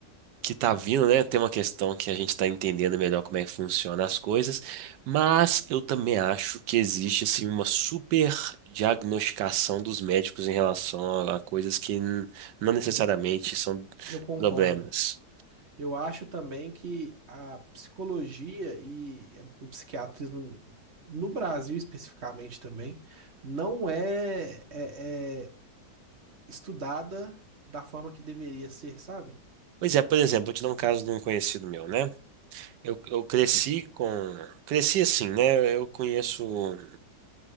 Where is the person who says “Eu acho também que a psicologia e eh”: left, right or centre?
Right